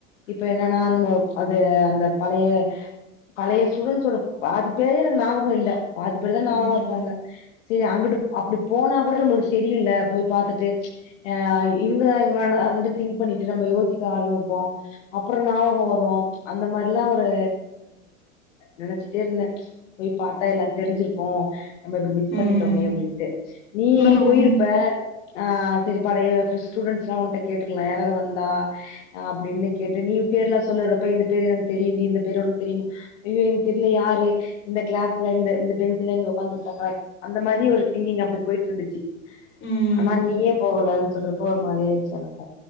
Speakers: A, on the left (about 65°); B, on the left (about 30°).
A: இப்ப என்னன்னா நம்ம அது அந்த பழைய பழைய ஸ்டூடென்ஸ்சோட பாதிப் பேரே எனக்கு நாபகோ இல்ல பாதிப்பேருதா நாவகோ
B: ம்
A: இருக்காங்க செரி அங்குட்டு அப்டி போனா கூட நம்மளுக்கு தெரியுல்ல போய் பாத்துட்டு எ அ இவுங்க தா இவுங்களால வந்து திங்க் பண்ணிட்டு நம்ம யோசிக்க ஆரம்பிப்போ அப்பறோ நாவகம் வரு அந்த மாரில்லா ஒரு நெனச்சுட்டே இருந்தே போய் பாத்தா எல்லா தெரிஞ்சிருக்கு நம்ம இப்டி மிஸ்
B: ம்
A: பண்ணிட்டோமே அப்டின்ட்டு நீ
B: ரொம்ப
A: போயிருப்ப ஆ செரி பழைய ஸ்டூடெண்ட்ஸ்லா ஒன்ட்ட கேட்டுக்கல்லா யாராரு வந்தா அப்டின்னு கேட்டு நீ பேர்லா சொல்லுறப்ப இந்த பேரு எனக்கு தெரியுன்டி இந்த பேரு உனக்கு தெரியுமா ஐயோ எனக்கு தெர்ல யாரு இந்த க்ளாஸ்ல இந்த இந்த பெஞ்சுல இங்க ஒக்காந்துருப் அந்த மாரியே ஒரு திங்கிங் அப்டி போயிட்ருந்துச்சு
B: ம்
A: ஆனா நீயே போகலன்னு சொல்றப்போ ஒரு மாரி ஆயிடுச்சு எனக்கு